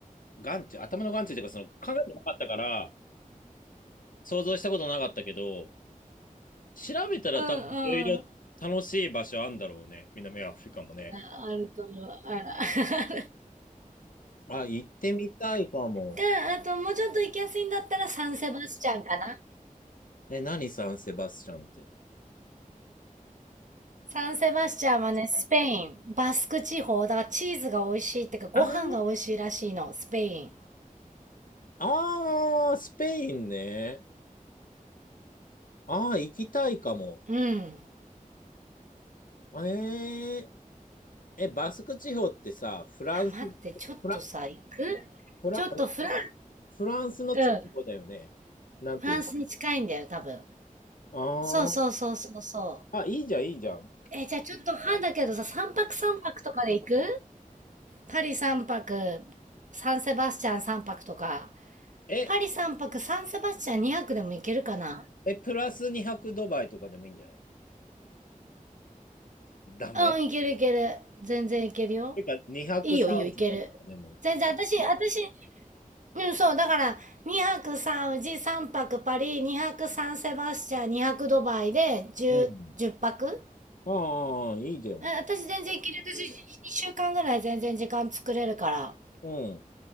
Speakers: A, on the left; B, on the right.
A: 眼中、頭の眼中っていうかその考えてなかったから想像したことなかったけど、調べたら多分いろいろ楽しい場所あんだろうね。
B: うんうん。あ
A: 南アフリカもね。
B: あると思う。あら。<laughs>
A: あ、行ってみたいかも。
B: が、あともうちょっと行きやすいんだったらサンセバスチャンかな。
A: え、何サンセバスチャンって。
B: サンセバスチャンはね、スペイン、バスク地方、だからチーズが美味しいってか、ご飯が美味しいらしいの、
A: あー、
B: スペイン。
A: あー、スペインね。あー、行きたいかも。
B: うん。
A: えー、え、バスク地方ってさ、フランス、
B: あ、待って、ちょっとさ、
A: フラ、
B: 行く
A: フラ、
B: ちょっとフラン、
A: フランスの近くだよね。
B: うん。
A: なんていう
B: フランスに近いんだよ、多分。
A: の。
B: そうそうそうそうそう。
A: あー、あ、いいじゃん、いいじゃん。
B: え、じゃあちょっと半だけどさ、3泊3泊とかで行くパリ3泊、サンセバスチャン3泊とか。
A: え、
B: パリ3泊、サンセバスチャン2泊でも行けるかな
A: え、プラス200ドバイとかでもいいんじゃないダメ
B: うん、いけるいける。全然いけるよ。
A: てか、200サウジとかでも。
B: いいよいいよ、いける。全然、私、私、うん、そう、だから、2泊3宇治、3泊パリ、2泊3セバスチャン、2泊ドバイで10、
A: うん。
B: 10泊
A: ああ、いいじゃん。
B: うん、私全然いける。私、2週間ぐらい全然時間作れるから。
A: うん。